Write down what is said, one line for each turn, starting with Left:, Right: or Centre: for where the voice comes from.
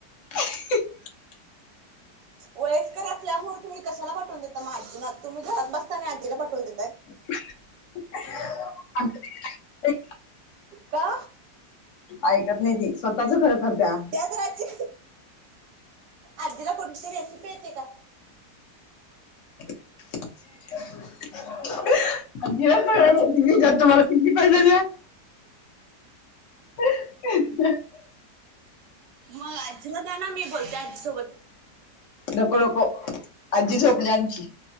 Left: <inaudible>
Right: वयस्कर असल्यामुळे तुम्ही कशाला पाठवून देता मग आजीना तुम्ही घरात बसताना आजीला पाठवून दे
Left: <inaudible>
Right: का?
Left: ऐकत नाही ती स्वतःच खरं करत्या.
Right: द्या तर आजी आजीला कोणती रेसिपी येते का?
Left: <inaudible> आजीला सगळ्या रेसिपी <unintelligible> तुम्हाला किती <unintelligible> <unintelligible>
Right: मग आजीला द्याना मी बोलते आजीसोबत.
Left: नको नको आजी झोपल्या आमची